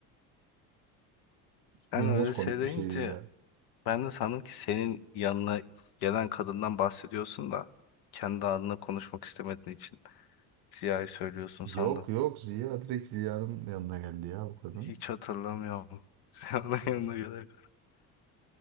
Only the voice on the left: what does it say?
Sen
öyle
söyleyince
Ben de sandım ki senin yanına gelen kadından bahsediyorsun da kendi adına konuşmak istemediğin için Ziya'yı söylüyorsun sandım.
Hiç hatırlamıyorum. <laughs> Ziya'nın yanına gelen.